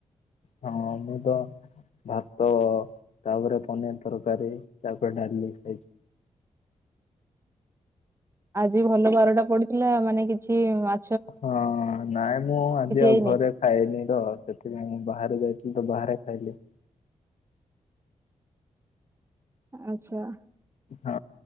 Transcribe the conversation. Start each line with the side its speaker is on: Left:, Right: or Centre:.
Left: ହଁ ମୁଁ ତ ଭାତ ତାପରେ ପନିର ତରକାରୀ ତାପରେ ଡାଲି ଖାଇଛି।
Right: ଆଜି ଭଲ ବାରଟା ପଡିଥିଲା ମାନେ କିଛି ମା
Left: ହଁ ନାଇଁ ମୁଁ ଆଉ ଆଜି ଆଉ
Right: ହେଇନି
Left: ଘରେ ଖାଇନି ତ ସେଥିପାଇଁ ବାହାରେ ଯାଇଥିଲି ତ ବାହାରେ ଖାଇଲି।
Right: ଆଚ୍ଛା।
Left: ହଁ